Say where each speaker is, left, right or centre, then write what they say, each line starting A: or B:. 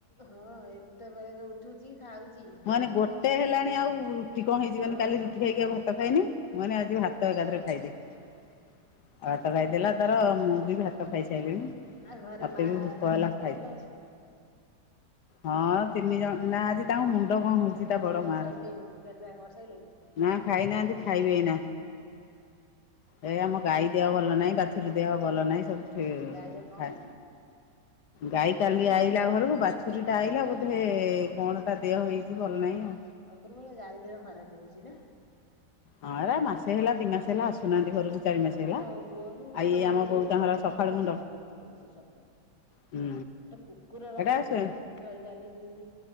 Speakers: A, on the left; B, on the left.
A: ହଁ ଏତେ ବେଳେକେ ଉଠୁଛି ଖାଉଛି।
B: ମାନେ
A: ଦାନ୍ତ
B: ଗୋଟେ
A: ଘଷୁଛି
B: ହେଲାଣି ଆଉ ରୁଟି କଣ ହେଇଛି କହନି
A: ହଁ
B: କାଲି ରୁଟି ଖାଇକୀ ଆ ଭାତ ଖାଇନି ମୁଁ କହିନି ଆଜି ଭା ଭାତ ଏକାଥରେ
A: ହୁଁ
B: ଖାଇଦେ ଆଉ ଭାତ ଖାଇଦେଲା ତାର ମୁଁ ବି ଭାତ ଖାଇସାରିଲିଣି
A: ଆଉ ଘରେ
B: ମତେ
A: ମା
B: ବି ଭୋକ
A: ଦେହ
B: ହେଲା ଖାଇଦେ।
A: ଭଲ ଅଛି ନା?
B: ହଁ ତିନି ଜଣ ନା ଆଜି ତାଙ୍କ ମୁ କଣ ହଉଛି
A: ସେ ଖାଇ
B: ତା ବଡ
A: ପିଇବା
B: ମାର
A: ସାରିଲେଣି ଖିଆ ପିଆ କରିସାରିଲେଣି
B: ନା ଖାଇନାହାନ୍ତି ଖାଇବେ ଏଇନା। ଏ ଆମ ଗାଈ ଦେହ ଭଲ ନାହିଁ ବାଛୁରୀ ଦେହ। ଭଲ ନାହିଁ ସବୁ ଠି
A: ଗାଈ ଦେହ କଣ
B: ଖାଏ
A: ହେଇଛି?
B: ଗାଈ କାଲି ଆଇ ପିଲା ଘରକୁ ବାଛୁରୀ ଟା ଆଇଲା ବୋଧେ କଣ ତା ଦେହ ହେଇ କିଛି ଭଲ ନାହିଁ ଆଉ।
A: ସବୁବେଳେ ଗାଈ ଦେହ ଖରାପ ହଉଛି ନା
B: ହଁ ଏରା ମାସେ ହେଲା ଦି ମାସ ହେଲା ଆସୁନାହାନ୍ତି ଘରକୁ। ଚାରି ମାସ ହେଲା
A: ହଁ ଗୋରୁ
B: ଆଉ ଏଇ ଆମ
A: ମୁଣ୍ଡରେ
B: ବୋଉ ତାଙ୍କର
A: ସବୁବେଳେ
B: ସକାଳୁ
A: ଯାଉଛି
B: ମୁଣ୍ଡ
A: କ୍ଷତି ହଉଛି ସବୁବେଳେ
B: ହୁଁ
A: ଗୋଟେ କୁକୁର ରଖିଥିଲେ
B: ଏଟା ସେ
A: ଜମା ରହିଲାନି କେମିତି